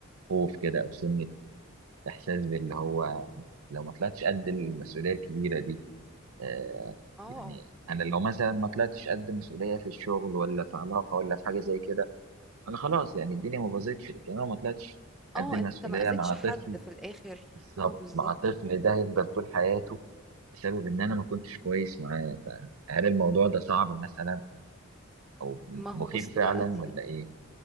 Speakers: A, on the right; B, in the centre.
A: خوف كده او سنه احساس باللي هو لو ما طلعتش قد المسؤوليه الكبيره دي آه
B: اه
A: يعني انا لو
B: ان-
A: مثلا ما طلعتش قد مسؤوليه في الشغل ولا في علاقه ولا في حاجه زي كده انا خلاص يعني الدنيا ما باظتش لكن انا ما طلعتش قد
B: اه
A: المسؤوليه
B: انت ما اذيتش
A: مع طفل
B: حد في الاخر
A: بالظبط
B: اه بالظبط
A: مع طفل ده هيفضل طول حياته بسبب ان انا ما كنتش كويس معاه هل الموضوع ده صعب مثلا او
B: ما هو
A: مخيف
B: بص
A: فعلا
B: بقى دي
A: ولا ايه